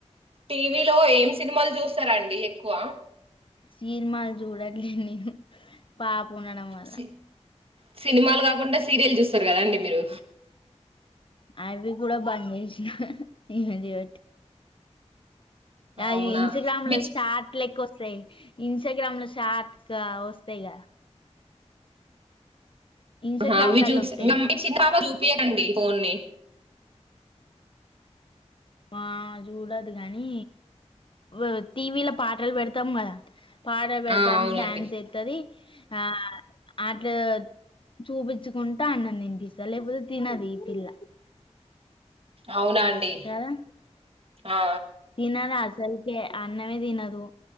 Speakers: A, on the right; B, on the left.
A: టీవీలో ఏం సినిమాలు చూస్తారాండి ఎక్కువ
B: సినిమాలు చూడట్లే నేను పాప ఉండడం వలన
A: సి- సినిమాలు కాకుండా సీరియల్ చూస్తారు కదాండి మీరు
B: అవి కూడా బంద్ చేసిన ఇమె చేయవట్ ఆ
A: అవునా
B: ఇంస్టాగ్రామ్
A: మీ చి-
B: చాట్లు ఎక్కువస్ వస్తాయి ఇంస్టాగ్రామ్ లో చాట్ గా వస్తాయిగా ఇన్స్టాగ్రామ్
A: అవ్వి
B: లలో
A: చూసే
B: వత్తాయి
A: మీ చిన్న పాప చు తీయకండి ఫోన్ని
B: ఆ చూడదు గాని ఇగ టీవీలో పాటలు పెడతాం కదా పాట పెడతాంది
A: ఆ అవునండి
B: డాన్స్ ఎత్తాది ఆ ఇట్లా చూపించుకుంటా అన్నం తినిపిస్తా లేకపోతే తినదు ఈ పిల్ల
A: అవునా అండి
B: కదా
A: ఆ
B: తినదు అసలుకే అన్నమే తినదు.